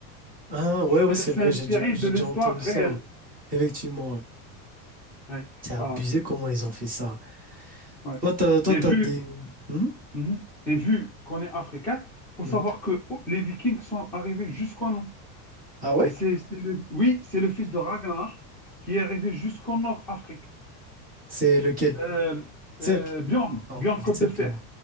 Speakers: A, on the right; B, in the centre.
A: Ah, ouais,
B: C'est-à-dire,
A: ouais, c'est
B: c'est
A: vrai,
B: inspiré
A: j'ai déjà, j'ai
B: de l'histoire
A: déjà entendu
B: réelle.
A: ça, ouais. Effectivement, ouais.
B: Oui,
A: C'est abusé
B: voilà.
A: comment ils ont fait ça.
B: Ouais.
A: Toi, t'as, toi,
B: Et
A: t'as
B: vu,
A: des... Hmm
B: Mhm. Et vu qu'on est africain, faut
A: Mhm.
B: savoir que oh, les Vikings sont arrivés jusqu'en nous.
A: Ah ouais?
B: Et c'est, c'est le- oui, c'est le fils de Ragnar qui est arrivé jusqu'en Nord-Afrique.
A: C'est lequel?
B: Euh,
A: Cirque?
B: euh, Bjorn,
A: Non,
B: Bjorn
A: Vitselk
B: Côte de Fer.
A: et moi.